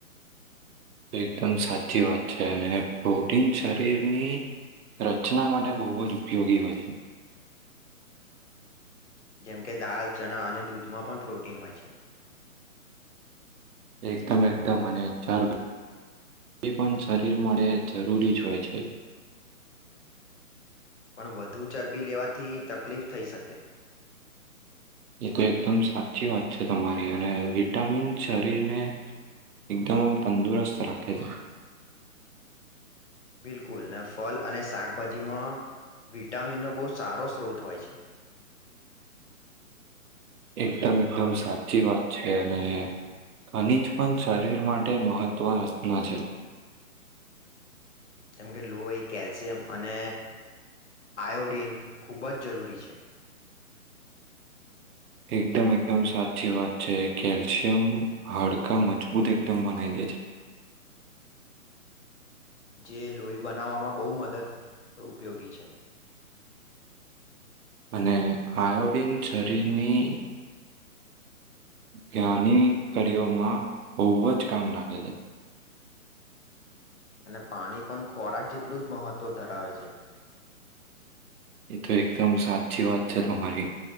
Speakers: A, on the right (about 80°); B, on the left (about 50°).
A: તો એકદમ સાચી વાત છે અને પ્રોટીન શરીરની રચના માટે બહુ જ ઉપયોગી હોય છે.
B: જેમ કે દાલ, ચણા અને દૂધમાં પણ પ્રોટીન હોય છે.
A: એકદમ એકદમ અને ચાર એ પણ શરીર મળે જરૂરી જ હોય છે.
B: <inaudible> પણ વધુ ચરબી લેવાથી તકલીફ થઈ શકે
A: એ તો એકદમ સાચી વાત છે તમારી અને વિટામિન શરીરને એકદમ આમ તંદુરસ્ત રાખે છે.
B: બિલકુલ ને ફલ અને શાકભાજીમાં વિટામિન નો બહુ સારો સ્ત્રોત હોય છે.
A: એકદમ એકદમ સાચી વાત છે અને ખનિજ પણ શરીર માટે મહત્ત્વ રચના છે.
B: કેમ કે લો એ કેલ્શિયમ અને આયોડીન ખૂબ જ જરૂરી છે.
A: એકદમ એકદમ સાચી વાત છે કેલ્શિયમ હાડકાં મજબૂત એકદમ બનાઈ દે છે.
B: <inaudible> જે લોહી બનાવવામાં બહુ મદદ ઉપયોગી છે
A: અને આયોડિન શરીરની જ્ઞની કારઓમાં બહુ જ કામ લાગે છે.
B: અને પાણી પણ ખોરાક જેટલું જ મહત્વ ધરાવે છે.
A: એ તો એકદમ સાચી વાત છે તમારી